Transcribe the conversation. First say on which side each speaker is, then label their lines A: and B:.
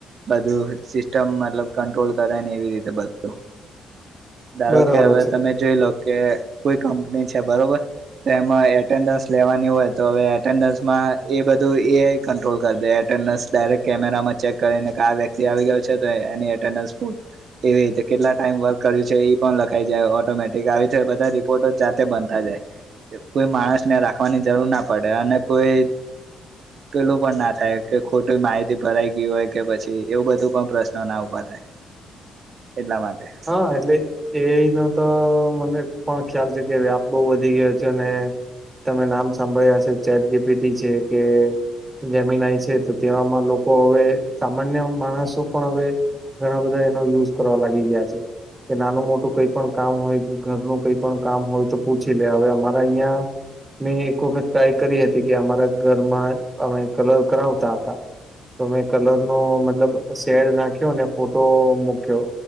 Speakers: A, on the right; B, on the right.
A: બધું સિસ્ટમ મતલબ કંટ્રોલ કરે ને એવી રીતે બધું
B: <inaudible>
A: ધારો કે હવે
B: છે
A: તમે જોઈ લો કે કોઈ કંપની છે બરોબર તેમાં એટેન્ડન્સ લેવાની હોય તો હવે એટેન્ડન્સમાં એ બધું એ કંટ્રોલ કરી દે કેમેરામાં ચેક કરીને કે આ વ્યક્તિ આવી ગયો છે એની એટેડસ ફલ એવી રીતે કેટલા ટાઈમ વર્ક કર્યું છે એ પણ લખાઈ જાય ઓટોમેટિક આવી બધા રિપોર્ટો જાતે બનતા જાય કોઈ માણસને રાખવાની જરૂર ના પડે અને કોઈ
B: <inaudible>
A: પેલું પણ ના થાય કે ખોટું માહિતી ભરાઈ ગય હોય કે પછી એવું બધું પણ પ્રશ્ન ના ઉભા થાય
B: હ <inaudible>
A: એટલા માટે
B: એટલે એ ન તો મને પણ ખ્યાલ છે કે વ્યાપ બહુ વધી ગયો છે અને તમે નામ સાંભળ્યા હશે ચેટ જીપીથી છે કે જમીનય છે તો તેવામાં લોકો હવે સામાન્ય માણસો પણ હવે ઘણા બધા એનો યુઝ કરવા લાગી ગયા છે. કે નાનું મોટું કઈ પણ કામ હોય કે ઘરનું કઈ પણ કામ હોય તો પૂછી લે હવે અમારા અયા મેં એક વખત ટ્રાય કરી હતી કે અમારા ઘરમાં અમે કલર કરાવતા હતા તોમે કલર નો મતલબ શેડ નાખ્યો અને ફોટો મૂક્યો